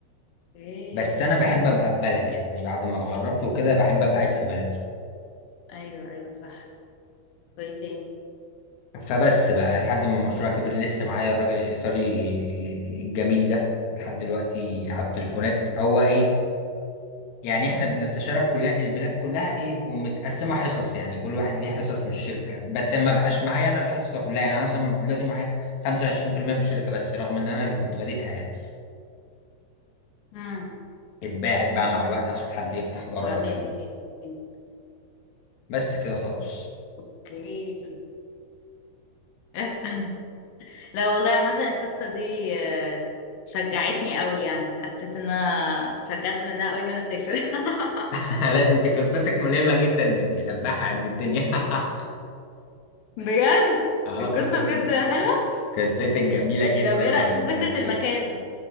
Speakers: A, on the left; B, on the left.
A: اوكي
B: بس انا بحب ابقى في بلدي يعني بعد ما اتغربت وكده بحب ابقى قاعد في بلدي
A: ايوه ايوه صح وايه تاني
B: فبس بقى لحد ما المشروع كبر لسه معايا الراجل الإيطالي الجميل ده لحد دلوقتي على التليفونات هو إيه يعني إحنا بنتشارك كلها البلاد كلها إيه ومتقسمة حصص يعني كل واحد ليه حصص من الشركة بس ما بقاش معايا أنا الحصة كلها يعني أنا مثلا دلوقتي معايا 25% من الشركة بس رغم إن أنا اللي كنت بادئها يعني
A: امم
B: اتباعت بقى مع الوقت عشان حد يفتح بره
A: وبعدين
B: وكده
A: ايه تاني
B: بس كده خلاص
A: اوكي <laughs> لا والله عامة القصة دي آه، شجعتني قوي يعني حسيت ان انا اتشجعت منها قوي ان انا اسافر <laughs>
B: <laughs> لا دي انت قصتك ملهمة جدا دي انت سباحة قد الدنيا <laughs>
A: بجد
B: اه
A: القصة
B: قصتك
A: بجد حلوة
B: قصتك جميلة جدا
A: طب ايه رأيك
B: ربنا
A: في فكرة
B: يبارك
A: المكان